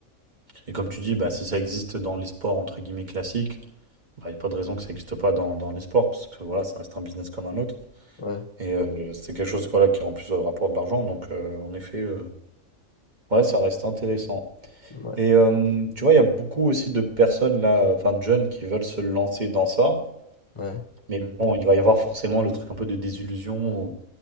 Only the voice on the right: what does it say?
Et comme tu dis, bah, si ça existe dans les sports entre guillemets classiques, il n'y a pas de raison que ça n'existe pas dans, dans les sports, parce que voilà, ça reste un business comme un autre.
Et euh, c'est quelque chose voilà, qui en plus euh, rapporte de l'argent, donc euh, en effet, euh, ouais, ça reste intéressant.
Et euh, tu vois, il y a beaucoup aussi de personnes là, euh, enfin de jeunes qui veulent se lancer dans ça,
mais bon, il va y avoir forcément le truc un peu de désillusion, où